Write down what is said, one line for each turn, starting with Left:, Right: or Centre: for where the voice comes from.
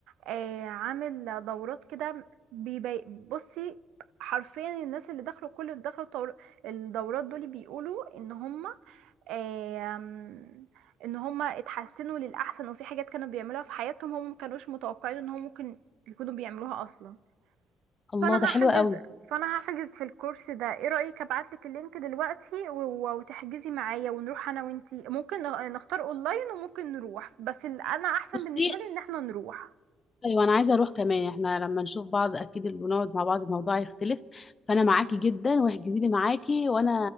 Right: آه، عامل دورات كده بيبي... بصي حرفيا الناس اللي دخلوا كل اللي دخلوا طور- الدورات دول بيقولوا ان هم آم، ان هم اتحسنوا للاحسن وفي حاجات كانوا بيعملوها في حياتهم هم مكانوش متوقعين ان هم ممكن يكونوا بيعملوها اصلا
Left: الله
Right: فانا
Left: ده حلو
Right: هحجز
Left: قوي
Right: فانا هحجز في الكورس ده ايه رايك ابعتلك اللينك دلوقتي و- و- وتحجزي معايا ونروح انا وانتي ممكن نغ- نختار اونلاين وممكن نروح بس ال- انا احسن
Left: بصي
Right: بالنسبه لي ان احنا نروح
Left: ايوه انا عايزه اروح كمان احنا لما نشوف بعض اكيد اللي ونقعد مع بعض الموضوع هيختلف فانا معاكي جدا واحجزي لي معاكي وانا